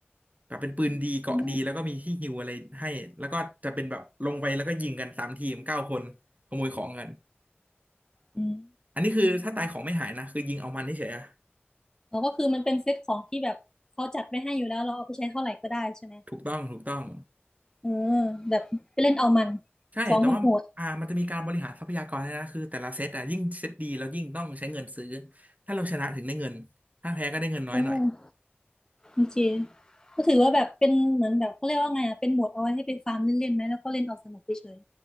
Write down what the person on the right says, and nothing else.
แบบเป็นปืนดีเกราะดีแล้วก็มีที่ฮิวอะไรให้แล้วก็จะเป็นแบบลงไปแล้วก็ยิงกันสามทีมเก้าคนขโมยของกัน
อันนี้คือถ้าตายของไม่หายนะคือยิงเอามันเฉยๆอะ
ถูกต้องถูกต้อง
ใช่แต่ว่าอ่ามันจะมีการบริหารทรัพยากรด้วยนะคือแต่ละเซตอะยิ่งเซตดีแล้วยิ่งต้องใช้เงินซื้อ
ถ้าเราชนะถึงได้เงินถ้าแพ้ก็ได้เงินน้อยหน่อย